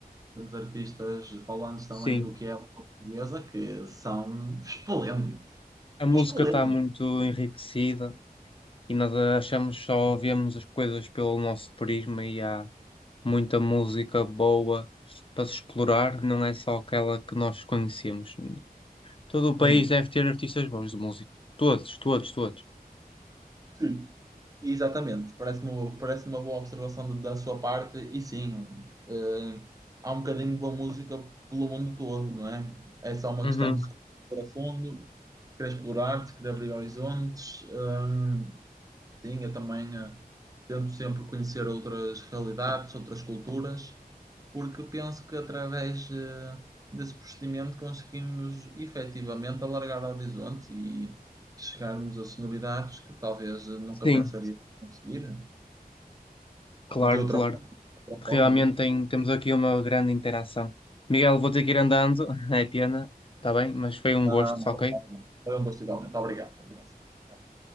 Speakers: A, on the right; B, on the left.
A: temos artistas falantes também
B: sim.
A: do que é a língua portuguesa que são esplêndidos.
B: A música
A: São esplêndidos.
B: está muito enriquecida e nós achamos só vemos as coisas pelo nosso prisma e há muita música boa para se explorar, não é só aquela que nós conhecemos. Todo o país
A: Bom,
B: deve ter artistas bons de música. Todos, todos, todos.
A: Sim. Exatamente, parece-me uma, parece uma boa observação de- da sua parte, e sim, eh, há um bocadinho de boa música pelo mundo todo, não é? É só uma
B: Uhum.
A: questão de se conhecer a fundo, de querer explorar, de querer abrir horizontes. eh, sim, eu também eh, tento sempre conhecer outras realidades, outras culturas, porque penso que através eh, desse procedimento conseguimos efetivamente alargar horizontes e chegarmos a sonoridades que talvez nunca
B: Sim,
A: pensaria conseguir.
B: claro,
A: De outra,
B: claro.
A: outra
B: Realmente
A: forma, digo.
B: tem- temos aqui uma grande interação. Miguel, vou ter que ir andando, <laughs> é pena, está bem, mas foi um
A: Não,
B: gosto,
A: não,
B: ok?
A: obrigado. Foi um gosto igual. Muito obrigado. Continua assim. Até lá.